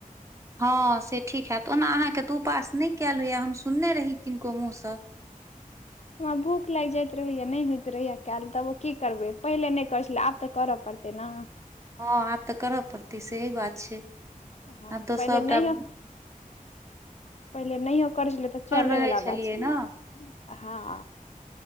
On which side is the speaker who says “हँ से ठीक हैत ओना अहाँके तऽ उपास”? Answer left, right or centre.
Right